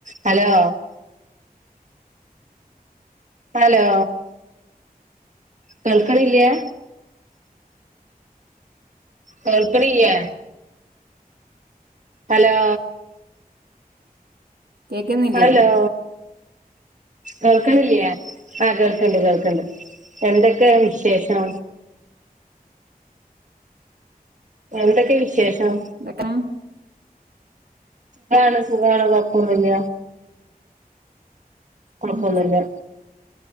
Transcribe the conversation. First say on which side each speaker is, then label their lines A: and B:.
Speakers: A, on the right; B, on the right.
A: Hello hello കേൾക്കണ്ല്ല്യേ കേൾക്കണില്ലേ hello
B: കേക്കുന്നില്ലേ
A: ഹലോ കേൾക്കണില്ലേ ആ കേൾക്കണ്ട് കേൾക്കണ്ട് എന്തൊക്കെ വിശേഷം എന്തൊക്കെ വിശേഷം
B: എത്ര
A: ഖാന സുഖാണ് കോഴപ്പൊന്നില്ല കൊള്പ്പൊന്നുല്ല
B: ഉം